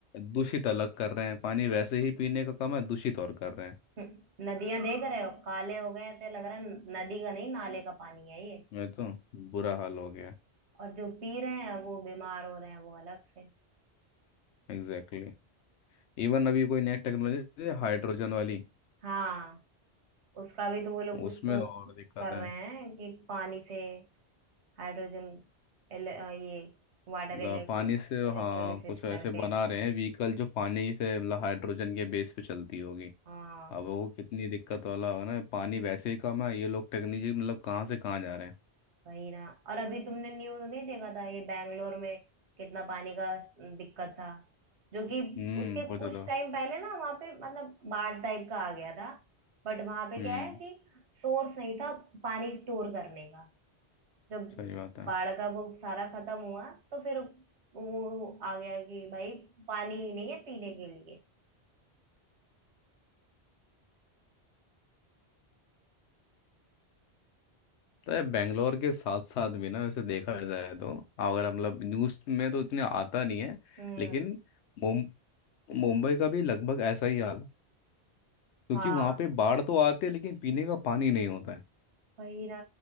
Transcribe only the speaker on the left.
दूषित अलग कर रहे हैं पानी वैसे ही पीने का कम है दूषित और कर रहे हैं
मैं तो बुरा हाल हो गया
Exactly exactly. इवन अभी कोई नई टेक्नोलॉजी हाइड्रोजन वाली
उसमें
और दिक्कत
है
ला-
पानी से
हाँ कुछ ऐसे
बना रहे हैं व्हीकल जो पानी से मतलब हाइड्रोजन के बेस पे चलती होगी
अब वो कितनी दिक्कत वाला होगा ना पानी वैसे ही कम है ये लोग टेक्नोलॉजी मतलब कहाँ से कहाँ जा रहे हैं
हम्म
बहुत
ज़्यादा
हम्म
सही बात है
तो बेंगलोर के साथ साथ भी ना वैसे देखा जाए तो अगर मतलब न्यूज़ में तो इतने आता नहीं है
लेकिन मुम- मुंबई का भी लगभग ऐसा ही हाल है। क्योंकि
वहाँ पे बाढ़ तो आती है लेकिन पीने का पानी नहीं होता है